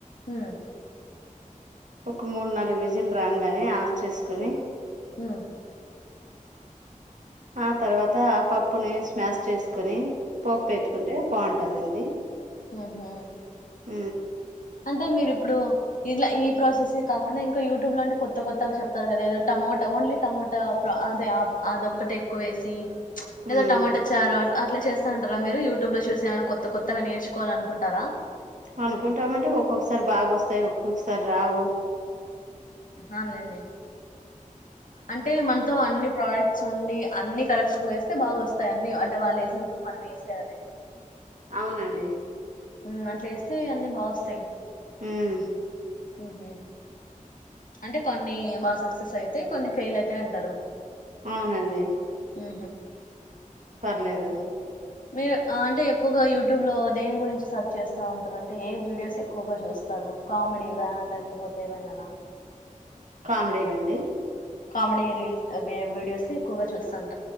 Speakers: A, on the left (about 75°); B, on the right (about 65°).
A: ఉమ్
B: ఒక మూడు నాలుగు విజిల్ రాంగ్ గాని ఆఫ్ చేసుకుని
A: హ
B: ఆ తర్వాత ఆ పప్పుని స్మాష్ చేసుకుొని పోప్పు పెట్టుకుంటే బాగుంటు ఉంటదండి
A: హహ
B: హ
A: అంటే మీరు ఇప్పుడు ఇలా ఈ ప్రాసెస్ కాకుండా ఇంకా యూట్యూబ్ లో అంటే కొత్త కొత్తగా చెప్తారు కదా ఏదో టమోట ఓన్లీ టమోట అే అదొక్కటి ఎక్కువ వేసి ఏదో
B: ఉమ్
A: టమోటా చారు అట్లా చేస్తా ఉంటారా మీరు యూట్యూబ్ లో చూసి ఏమైనా కొత్త కొత్తగా నేర్చుకోాల అనుకుంటారా
B: అనుకుంటామంటే ఒక్కొక్కసారి బాగాొస్తాయి ఒక్కొక్కసారి రావు
A: ఆన్ లేడి అంటే మనతో అన్ని ప్రోడక్ట్స్ ఉండి అన్ని కరెక్ట్ గా వేస్తే బాగా వస్తాయి అన్నిీ అంటే వాళ్ళు వేసినప్పుడు మనం మేసయాాల
B: అవునండి
A: ఉ అట్ వస్తే అన్నీ బావస్తాయి
B: ఉమ్
A: ఉహ అంటే కొన్ని బాగా సక్సెస్ అయితేా కొన్ని ఫెయిల్ అయితా అంటారు
B: అవునండి
A: ఆ
B: పర్లేదు
A: మీరు అంటే ఎక్కువగా యూట్యూబ్ లో దేని గురించి సెర్చ్ చేస్తా ఉంటారు అంటే ఏ వీడియోస్ ఎక్కువగా చూస్త సర కామెడివా లేలకపోతేవానా
B: కామెడి వండి
A: కామెడీ రీల్స్, అవే వీడియోస్ ఎక్కువగా చూస్తాను